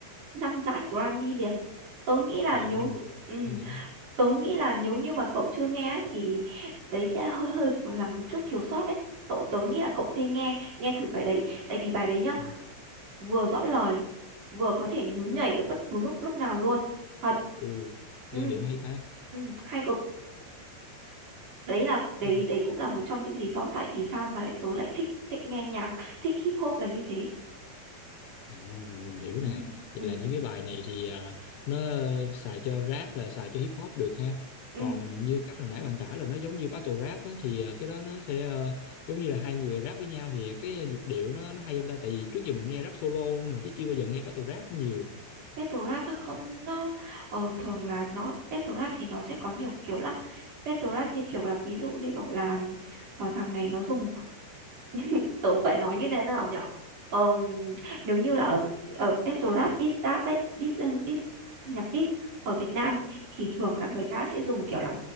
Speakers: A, on the right; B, on the left.
A: năm giải Grammy liền tớ nghĩ là
B: wow
A: nếu
B: hay
A: như- ừm,
B: vậy
A: tớ nghĩ là nếu như mà cậu chưa nghe ấy, thì đấy sẽ hơi hơi là một chút thiếu sót đấy cậu tớ nghĩ là cậu nên nghe nghe thử bài đấy tại vì bài đấy nhá
B: Ừ.
A: vừa rõ lời vừa có thể nhún nhảy được bất cứ lúc lúc nào luôn thật
B: ồ
A: ừ
B: giai điệu hay ta
A: ừ hay cực đấy là đấy
B: Ừ.
A: đấy cũng là một trong những lý do tại vì sao mà lại tớ lại thích thích nghe nhạc thích hip hop là như thế
B: À, mình hiểu
A: ừ
B: nè. Vậy
A: ừ
B: là những cái bài này thì ờ, nó xài cho rap là xài cho hip hop được ha.
A: ừ
B: Còn như cách hồi nãy bạn tả là nó giống như battle rap á, thì ờ, cái đó nó sẽ ờ, giống như là hai người rap với nhau thì cái nhịp điệu nó nó hay không ta? Tại vì trước giờ mình nghe rap solo mà chứ chưa bao giờ nghe battle rap nhiều.
A: battle rap á không nó ờ, thường là nó battle rap thì nó sẽ có nhiều kiểu lắm battle rap như kiểu là ví dụ như kiểu là ờ, thằng này nó dùng <laughs> tớ phải nói như thế nào nhở Ờm, nếu như là ở ở battle rap diss rap ấy diss, um, diss nhạc diss ở Việt Nam thì thường là người ta sẽ dùng kiểu là